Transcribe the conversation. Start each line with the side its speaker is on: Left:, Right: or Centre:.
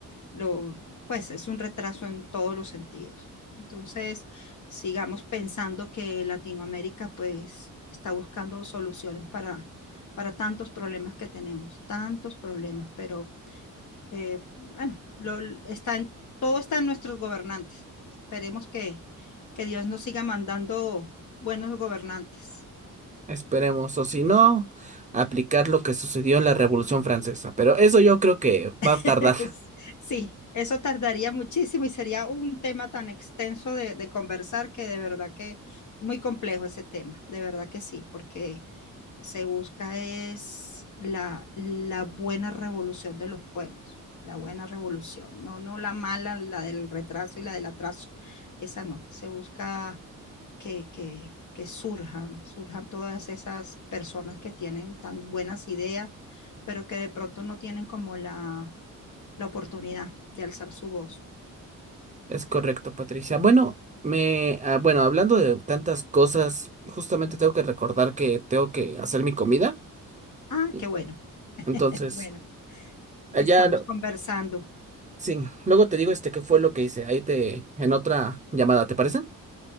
Left: lo, pues es un retraso en todos los sentidos. Entonces, sigamos pensando que Latinoamérica pues está buscando soluciones para, para tantos problemas que tenemos, tantos problemas, pero eh, bueno, lo, está en, todo está en nuestros gobernantes. Esperemos que, que Dios nos siga mandando buenos gobernantes.
Right: <laughs> Esperemos, o si no, aplicar lo que sucedió en la Revolución Francesa. Pero eso yo creo que va a tardar.
Left: <laughs> Es- Sí, eso tardaría muchísimo y sería un tema tan extenso de, de conversar que de verdad que es muy complejo ese tema, de verdad que sí, porque se busca es la, la buena revolución de los pueblos, la buena revolución, no, no la mala, la del retraso y la del atraso, esa no, se busca que, que, que surjan, surjan todas esas personas que tienen tan buenas ideas, pero que de pronto no tienen como la la oportunidad de alzar su voz.
Right: Es correcto, Patricia. Bueno, me, ah, bueno, hablando de tantas cosas, justamente tengo que recordar que tengo que hacer mi comida.
Left: Ah,
Right: y
Left: qué bueno. <laughs>
Right: Entonces,
Left: Bueno,
Right: allá
Left: estamos
Right: no,
Left: conversando.
Right: Sí, luego te digo este qué fue lo que hice. Ahí te, en otra llamada, ¿te parece?